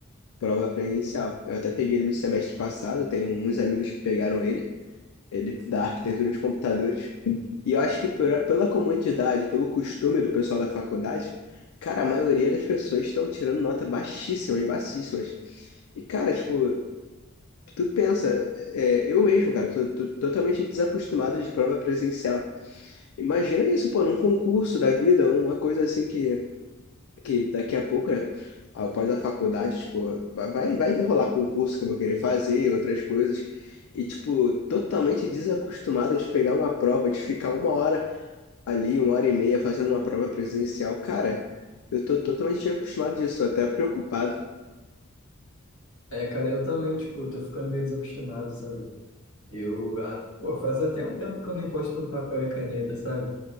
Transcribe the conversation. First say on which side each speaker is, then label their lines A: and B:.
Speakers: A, on the left; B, on the left.
A: prova presencial. Eu até peguei ele no semestre passado, tem uns amigos que pegaram ele ele, da arquitetura de computadores. E eu acho que por- pela comodidade, pelo costume do pessoal da faculdade, cara, a maioria das pessoas estão tirando nota baixíssimas, baixíssimas. E, cara, tipo, tu pensa, é, eu mesmo, cara, tô, tô totalmente desacostumado de prova presencial. Imagina isso, pô, num concurso da vida, uma coisa assim que que daqui a pouco, né, após a faculdade, tipo, vai, vai vai rolar concurso que eu vou querer fazer, outras coisas. E, tipo, totalmente desacostumada de pegar uma prova, de ficar uma hora ali, uma hora e meia fazendo uma prova presencial. Cara, eu tô totalmente acostumado disso, tô até preocupado.
B: É, cara, eu também, tipo, tô ficando meio desacostumado, sabe? Eu, ah, pô, faz até um tempo que eu não encosto um papel e caneta, sabe?